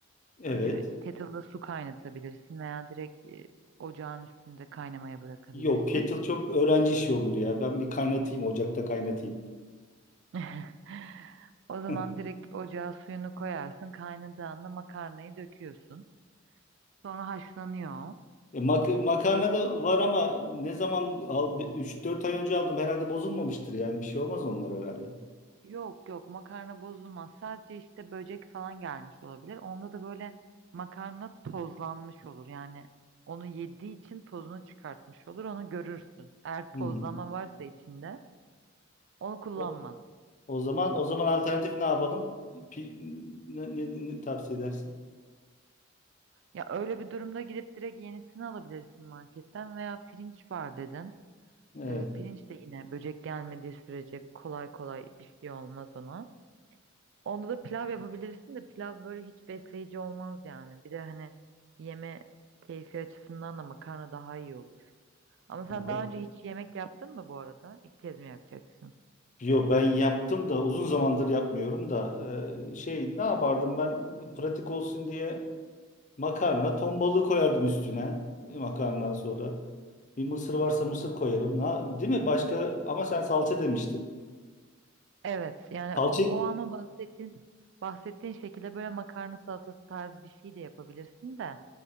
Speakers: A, on the left; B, on the right.
A: Evet.
B: Önce bir kettle'da su kaynatabilirsin veya direkt e, ocağın üstünde kaynamaya bırakabilirsin.
A: Yok, kettle çok öğrenci işi olur ya. Ben bir kaynatayım, ocakta kaynatayım.
B: <laughs> O zaman
A: <laughs>
B: direkt ocağa suyunu koyarsın. kaynadığında makarnayı döküyorsun. Sonra haşlanıyor.
A: E, mak makarna
B: E,
A: da var ama ne zaman al 3-4 ay önce aldım herhalde bozulmamıştır yani bir şey olmaz onlar herhalde.
B: Yok yok makarna bozulmaz. Sadece işte böcek falan gelmiş olabilir. Onda da böyle makarna tozlanmış olur. Yani onu yediği için tozunu çıkartmış olur. Onu görürsün. Eğer
A: Hmm.
B: tozlama varsa içinde onu kullanma.
A: O, o zaman o zaman alternatif ne yapalım? Pi- ne, ne- ne tavsiye edersin?
B: Ya öyle bir durumda gidip direkt yenisini alabilirsin marketten veya pirinç var dedin.
A: Evet.
B: Ee, pirinç de yine böcek gelmediği sürece kolay kolay bir şey olmaz ona. Onda da pilav yapabilirsin de pilav böyle hiç besleyici olmaz yani. Bir de hani yeme keyfi açısından da makarna daha iyi olur. Ama sen
A: Ma-
B: daha önce hiç yemek yaptın mı bu arada? İlk kez mi yapacaksın?
A: Yo ben yaptım da uzun zamandır yapmıyorum da e, şey ne yapardım ben pratik olsun diye makarna ton balığı koyardım üstüne e, makarnadan sonra. Bir mısır varsa mısır koyarım. Na- değil mi? Başka ama sen salça demiştin.
B: Evet yani
A: Salça
B: o, o ama bahsettiğin bahsettiğin şekilde böyle makarna salatası tarzı bir şey de yapabilirsin de